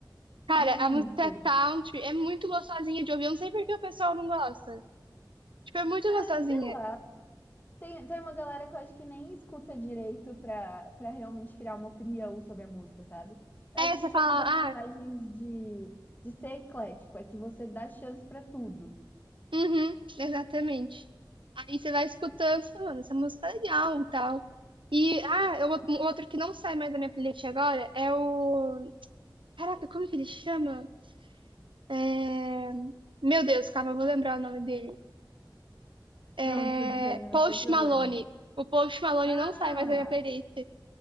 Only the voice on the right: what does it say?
Cara,
a música
country é muito gostosinha de ouvir. Eu não sei por que o pessoal não gosta. Tipo, é muito
gostosinha.
É,
você
fala,
ah.
Uhum, exatamente. Aí você vai escutando, você falando, essa música é legal e tal. E, ah, é o- um outro que não sai mais da minha playlist agora é o. Caraca, como que ele chama? É... Meu Deus, calma, eu vou lembrar o nome dele. É...
Post
Malone. O Post Malone
não sai mais da minha playlist.